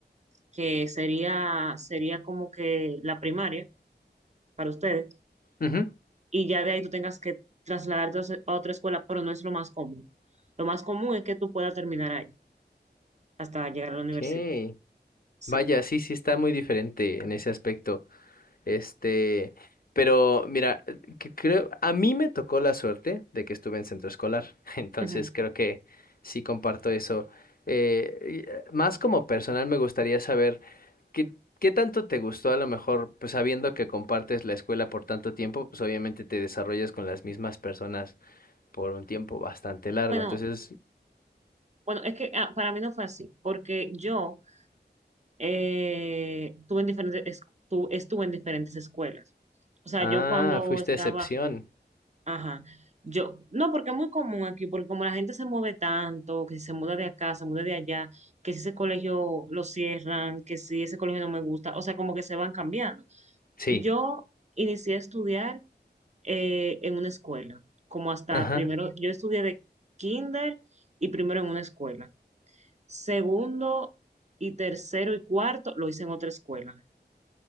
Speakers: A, on the right; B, on the left.
A: que sería, sería como que la primaria para ustedes,
B: ujú.
A: y ya de ahí tú tengas que trasladarte a os- a otra escuela, pero no es lo más común. Lo más común es que tú puedas terminar ahí hasta llegar a la
B: Ok.
A: universidad. Sí.
B: Vaya, sí, sí está muy diferente en ese aspecto. Este, pero mira, que creo, a mí me tocó la suerte de que estuve en centro escolar. <laughs> Entonces
A: Ujú.
B: creo que sí comparto eso. Eh, y, eh, más como personal me gustaría saber ¿Qué, qué tanto te gustó? A lo mejor, pues sabiendo que compartes la escuela por tanto tiempo, pues obviamente te desarrollas con las mismas personas por un tiempo bastante largo.
A: Bueno,
B: Entonces,
A: bueno, es que ah, para mí no fue así, porque yo eh, tuve en diferentes, es- tu- estuve en diferentes escuelas. O sea,
B: ah,
A: yo cuando
B: fuiste
A: estaba,
B: excepción.
A: ajá, yo, no, porque es muy común aquí, porque como la gente se mueve tanto, que si se muda de acá, se muda de allá, que si ese colegio lo cierran, que si ese colegio no me gusta, o sea, como que se van cambiando.
B: Sí,
A: Yo inicié a estudiar eh, en una escuela, como hasta
B: ajá,
A: primero, yo estudié de kinder y primero en una escuela. Segundo y tercero y cuarto lo hice en otra escuela